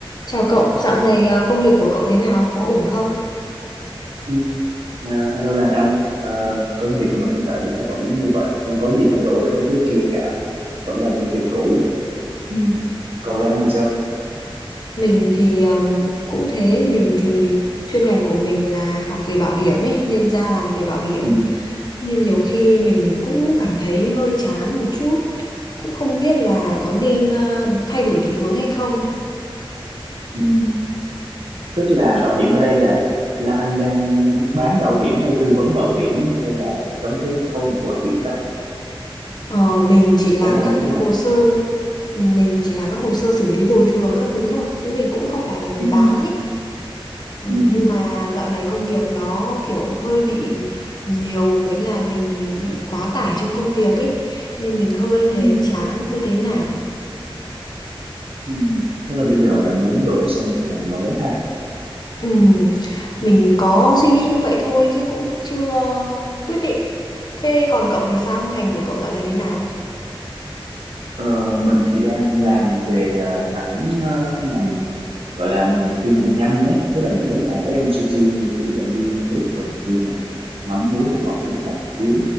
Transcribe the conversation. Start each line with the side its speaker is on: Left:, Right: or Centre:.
Left: Chào cậu, dạo này ờ, công việc của cậu thế nào? Có ổn không?
Right: Ừ, à, Hello Lan Anh, Ờ, công việc của mình hiện tại thì nó vẫn như vậy, không có gì thay đổi so với trước kia cả, vẫn làm công
Left: Ừ.
Right: việc cũ. Ừ. Còn Lan Anh thì sao?
Left: Mình thì ờm, cũng thế, mình thì chuyên ngành của mình là học về bảo hiểm ấy, nên ra làm về bảo hiểm.
Right: Ừ.
Left: Nên nhiều khi mình cũng cảm thấy hơi chán một chút, cũng không biết là có nên ờ, thay đổi định hướng hay không.
Right: ừ. Ừ. Tức là bảo hiểm ở đây là Lan Anh đang bán bảo hiểm hay tư vấn bảo hiểm hay là trong cái khâu nào của bảo hiểm ta?
Left: Ờ, mình chỉ làm
Right: Sẽ là
Left: các
Right: như
Left: cái
Right: thế nào?
Left: hồ sơ, mình chỉ làm các hồ sơ xử lý bồi thường các thứ thôi, chứ mình cũng không phải là người
Right: Ừ.
Left: bán ý Ừ,
Right: Ừ. Ừ.
Left: Nhưng mà dạo này công việc nó kiểu hơi bị nhiều với là mình bị quá tải trong công việc ấy nên mình hơi thấy
Right: Ừ.
Left: chán, hơi thấy nản.
Right: Ừ. Ừ. Tức là bây giờ là muốn đổi sang một ngành mới ha.
Left: Ừ, mình có suy nghĩ như vậy thôi chứ cũng chưa quyết định. Thế còn cậu thì sao? Ngành của cậu dạo này thế nào?
Right: Ờ, mình thì đang làm về ờ, mảng ờ, ngành gọi là ngành tiêu dùng nhanh đấy tức là những cái hàng FMCG như kiểu là bia nước rồi này kia này mắm muối bột ngọt những cái hàng yếu